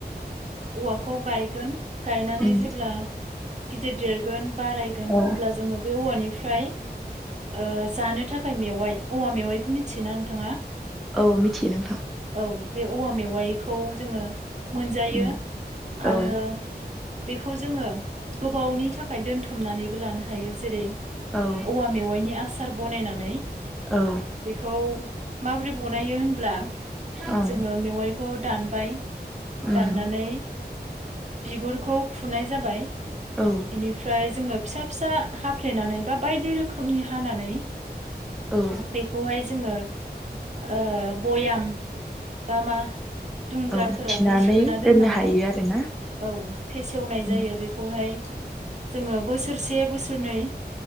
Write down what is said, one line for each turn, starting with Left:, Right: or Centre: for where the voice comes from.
Right: औवाखौ गायगोन गायनानै
Centre: उम
Right: जेब्ला गिदिर देरगोन बारायगोन
Centre: औ
Right: अब्ला जोङो बे औवानि फ्राय ओ जानो थाखाय मेवाइ औवा मेवायखौ मि थियोना नोंथाङा
Centre: औ मिथियो नोंथां
Right: औ बे औवा मेवाइखौ जोङो मोनजायो
Centre: उम
Right: आरो
Centre: औ
Right: बेखौ जोङो गोबावनि थाखाय दोनथुमनानैबो लानो हायो जो जेरै
Centre: औ
Right: औवा मेव आसार बनायनानै
Centre: औ
Right: बेखौ माबोरै बनायो होनब्ला
Centre: औ
Right: जोङो मेवाइ खौ दानबाय
Centre: उम
Right: दाननानै बिगुरखौ फुनाय जाबाय
Centre: औ
Right: बिनिफ्राय जोङो फिसा फिसा हाफ्लेनानै बा बायदि रो खोमनि हानानै
Centre: औ
Right: बेखौहाय जोङो ओ बयाम बा मा दुंग्राफोरावहाय
Centre: औ थिनानै
Right: सोना दोननानै
Centre: दोननो हायो आरोना
Right: औ फेसेवनाय जायो
Centre: उम
Right: बेखौहाय जोङो बोसोरसे बोसोरनै